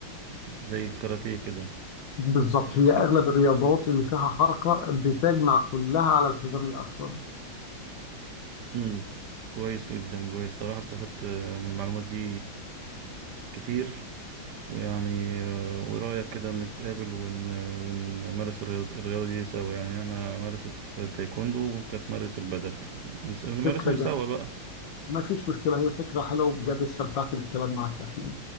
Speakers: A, on the right (about 65°); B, on the left (about 65°).
A: زي الكاراتيه كده
B: بالظبط
A: في...
B: هي
A: في...
B: اغلب الرياضات اللي فيها حركه بتجمع كلها على الحزام الاسود
A: أمم، كويس جدا كويس صراحه استفدت من المعلومات دي كتير ويعني آه، ورأيك كده نتقابل ون... ونمارس الرياض- الرياضة دي سوا يعني أنا أمارس الت- التايكوندو وأنت تمارس البدل ونس- نمارسهم
B: فكره جا.
A: سوا بقى
B: ما فيش مشكله هي فكره حلوه بجد استمتعت بالكلام معك يا احمد